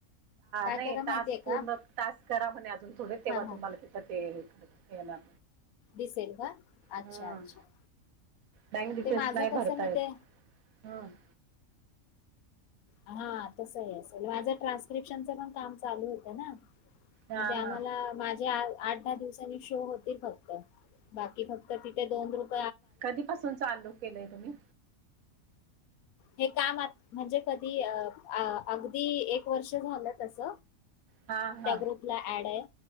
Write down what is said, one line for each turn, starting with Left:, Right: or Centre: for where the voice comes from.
Left: काय
Right: नाही
Left: करा माहितीय
Right: तास पूर्ण
Left: का
Right: तास करा म्हणे अजून थोडे तेव्हा
Left: हा हा
Right: तुम्हाला तिथं ते येणार
Left: डिसेंबर अच्छा
Right: हम्म
Left: अच्छा
Right: बँक डिटेल्स
Left: ते माझं
Right: नाही
Left: कसं
Right: भरतायेत
Left: मी ते
Right: हम
Left: हा तसही असेल माझं ट्रान्सक्रिप्शनच पण काम चालू होतं ना मग
Right: हा
Left: ते आम्हाला
Right: हा
Left: माझ्या आठ दहा दिवसांनी शो होतील फक्त बाकी फक्त तिथे दोन रुप
Right: कधीपासून चालू केलंय तुम्ही
Left: हे काम म्हणजे कधी अ अगदी एक वर्ष झालं तस
Right: हा हा
Left: त्या ग्रुप ला ऍड आहे